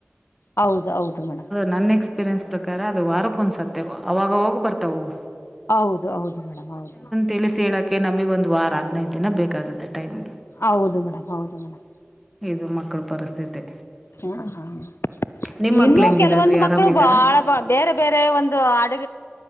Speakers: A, on the left (about 70°); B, in the centre.
A: ಹೌದು ಹೌದು ಮೇಡಮ್
B: ನನ್ನ ಎಕ್ಸ್ಪೀರಿಯೆನ್ಸ್ ಪ್ರಕಾರ ಅದು ವಾರಕ್ಕ ಒಂದಸತ್ತೆ ಅವಾಗ ಹೋಗ್ ಬರ್ತಾವವು
A: ಹೌದು ಹೌದು ಮೇಡಮ್ ಹೌದು
B: ತಿಳಿಸಿ ಹೇಳೋಕ್ಕೆ ನಮಗೊಂದು ವಾರ ಹದಿನೈದು ದಿನ ಬೇಕಾಗುತ್ತೆ ಟೈಮು
A: ಹೌದು ಮೇಡಮ್ ಹೌದು ಮೇಡಮ್
B: ಇದು ಮಕ್ಕಳ ಪರಿಸ್ಥಿತಿ
A: ಹ ಹಾ <inaudible>
B: ನಿಮ್ಮ
A: ಇನ್ನು
B: ಮಕ್ಳು ಹೆಂಗಿದಾರೆ
A: ಕೆಲವೊಂದು
B: ರೀ
A: ಮಕ್ಕಳು
B: ಆರಾಮಿದ್ದಾರಾ
A: ಬಾಳ ಬೇರೆ ಬೇರೆ ಒಂದು ಅಡು